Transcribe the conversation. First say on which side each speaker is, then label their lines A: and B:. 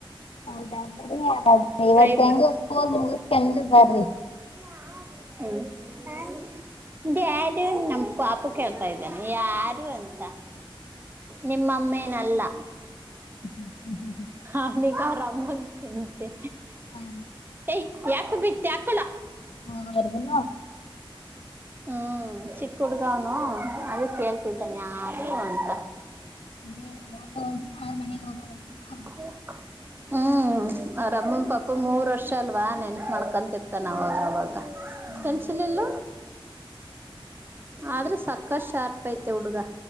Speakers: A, on the left; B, on the right.
A: ಹೌದಾ ಬರಿ ಇವತ್ತ
B: ಟ್ರೈ
A: ಹೆಂಗೋ ಮುಗಿಸಿಕೊಂಡು ಬರ್ರಿ
B: ಯಾರ ಯಾರು ನಮ್ಮ ಪಾಪ ಕೇಳ್ತಾ ಇದ್ದಾನೆ ಯಾರು ಅಂತ? ನಿಮ್ಮಮ್ಮೇನಲ್ಲ!
A: ಹ್ಞ ಹ್ ಹ್ ಹ್ ಹ್
B: ಅವ್ನಿಗೆ ಅವ್ರಮ್ಮನ್ಯೂ ಚಿಂತೆ
A: ಹ್ಮ
B: ಏಯ ಯಾಕ ಬಿತ್ತ ಯಾಕಲ
A: ಹೋಗೋವರ್ಗುನು
B: ಹ್ಮ್ ಚಿಕ್ಕ ಹುಡ್ಗವ್ನು ಅದ ಕೇಳ್ತಿದ್ದಾನೆ ಯಾರ ಯಾರು ಅಂತ?
A: ಅದೇ ಹೋಗೋ <unintelligible> ಮನೇಗ್ ಹೋಗೋ. <unintelligible>
B: ಹು ಹ್ಮ್ ಅವ್ರ್ ಅಮ್ಮ ಪಾಪ ಮೂರು ವರ್ಷ ಅಲ್ವಾ ನೆನ್ತ್ ಮಾಡ್ಕೊಂತಿರ್ತ್ತಾನವಾಗ ಅವಾಗ. ಹಾ
A: ಹ್ಮ್
B: ಕಂಚಿಲೆಲ್ಲ. ಆದ್ರೆ ಸಕ್ಕಷ್ ಶಾರ್ಪ್ ಐತೆ ಹುಡ್ಗ